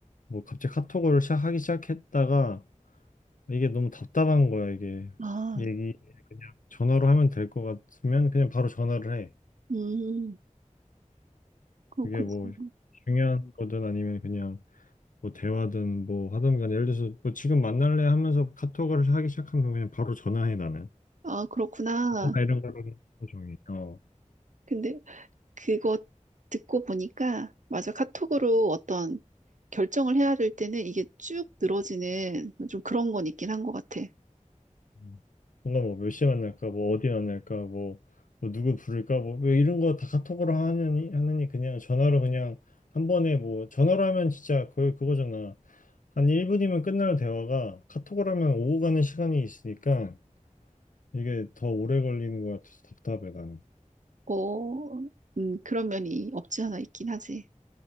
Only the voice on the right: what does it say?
아,
음, 그렇구나.
아, 그렇구나.
근데 그거 듣고 보니까, 맞아. 카톡으로 어떤 결정을 해야 될 때는 이게 쭉 늘어지는 좀 그런 건 있긴 한 것 같아.
어, 음, 그런 면이 없지 않아 있긴 하지.